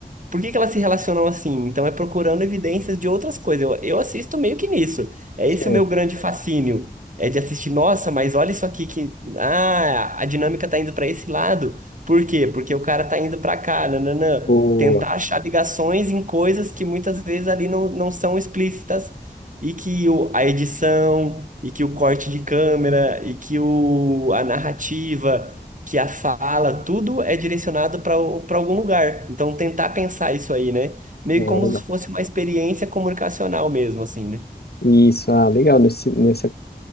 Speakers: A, on the right; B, on the left.
A: por que que elas se relacionam assim? Então é procurando evidências de outras coisas. Eu, eu assisto meio que nisso. É
B: Certo,
A: esse o meu grande fascínio. É de assistir, nossa, mas olha isso aqui que. Ah, a dinâmica tá indo para esse lado. Por quê? Porque o cara tá indo para cá, nananã.
B: boa.
A: Tentar achar ligações em coisas que muitas vezes ali não, não são explícitas e que o, a edição, e que o corte de câmera, e que o, a narrativa que a fala, tudo é direcionado para para algum lugar. Então, tentar pensar isso aí, né? Meio
B: Ah,
A: como
B: legal.
A: se fosse uma experiência comunicacional mesmo, assim, né?
B: Isso, ah, legal. Nesse, nessa